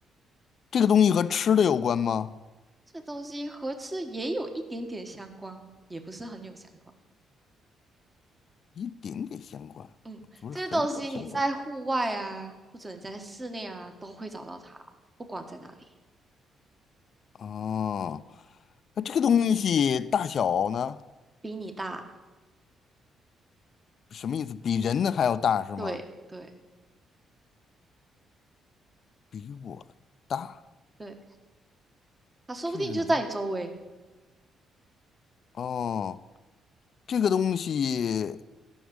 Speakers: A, on the left; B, on the right.
A: 这个东西和吃的有关吗？
B: 这东西和吃也有一点点相关，也不是很有相关。
A: 一点点相关，
B: 嗯，
A: 不是很有相关。
B: 这个东西你在户外啊，或者你在室内啊，都会找到它，不管在哪里。
A: 哦，
B: 嗯，
A: 那这个东西大小呢？
B: 比你大，
A: 什么意思？比人呢还要大是吗？
B: 对对
A: 比我大，
B: 对，它说不定就在你周围。
A: 智能。哦，这个东西